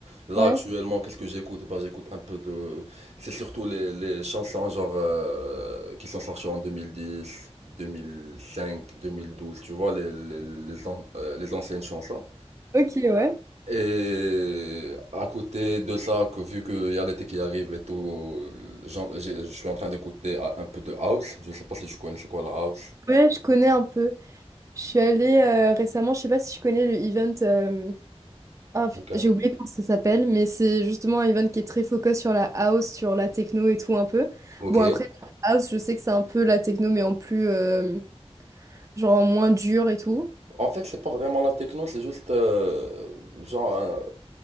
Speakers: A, on the right; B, on the right.
A: Là,
B: Ouais.
A: actuellement, qu'est-ce que j'écoute? Bah, j'écoute un peu de. C'est surtout les, les chansons genre euh, qui sont sorties en deux deux mille mille dix deux mille cinq deux mille douze tu vois, les, les, les, an- euh, les anciennes chansons.
B: Ok, ouais.
A: Et à côté de ça, que vu qu'il y a l'été qui arrive et tout, j'en- j'ai- je suis en train d'écouter euh, un peu de house. Je sais pas si tu connais c'est quoi la house.
B: Ouais, je connais un peu. Je suis allée euh, récemment, je sais pas si tu connais le event. euh, ah, p-
A: Ok.
B: j'ai oublié comment ça s'appelle, mais c'est justement un event qui est très focus sur la house, sur la techno et tout un peu.
A: Ok.
B: Bon, après, la house, je sais que c'est un peu la techno, mais en plus, euh, genre en moins dur et tout.
A: En fait, c'est pas vraiment la techno, c'est juste euh, genre.